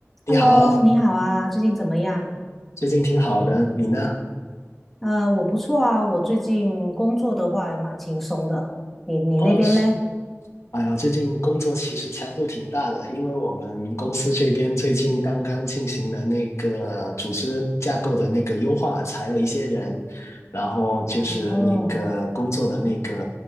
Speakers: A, on the left; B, in the centre.
A: 你好，
B: Hello，你好啊，最近怎么样？
A: 最近挺好的，你呢？
B: 呃，我不错啊，我最近工作的话也蛮轻松的。你你那边嘞？
A: 哦，是，哎呀，最近工作其实强度挺大的，因为我们公司这边最近刚刚进行了那个组织架构的那个优化，裁了一些人，然后就是那个工作的那个
B: 哦，